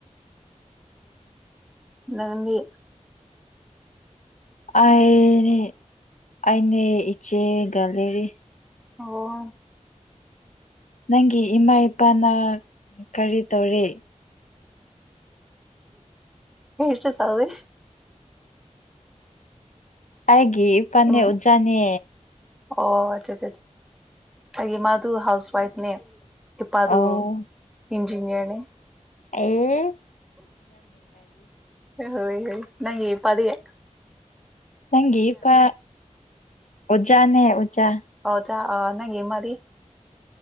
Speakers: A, in the centre; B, on the left.
A: ꯅꯪꯗꯤ
B: ꯑꯩꯅꯤ ꯑꯩꯅꯤ ꯏꯆꯦꯒ ꯂꯩꯔꯤ
A: ꯑꯣ
B: ꯅꯪꯒꯤ ꯏꯃꯥ ꯏꯄꯥꯅ ꯀꯔꯤ ꯇꯧꯔꯤ
A: ꯅꯣꯏ ꯏꯆꯦ ꯁꯥꯎꯔꯦ
B: ꯑꯩꯒꯤ ꯏꯐꯝꯗ
A: ꯎꯝ
B: ꯑꯣꯖꯅꯦ
A: ꯑꯣ ꯑꯆꯥ ꯑꯩꯒꯤ ꯃꯥꯗꯨ ꯍꯥꯎꯁ ꯋꯥꯏꯐꯅꯦ ꯏꯄꯥ ꯑ ꯑꯗꯨ
B: ꯑꯧ
A: ꯏꯟꯖꯤꯅꯤꯌꯔꯅꯦ
B: ꯑ
A: ꯍꯣꯏ ꯍ ꯅꯪ ꯄꯗꯤꯒꯦ
B: ꯅꯪꯒꯤꯤ ꯄ ꯑꯣꯖꯥꯅꯦ ꯎꯖꯥ
A: ꯍꯖ ꯅꯪꯦ ꯃꯔꯤ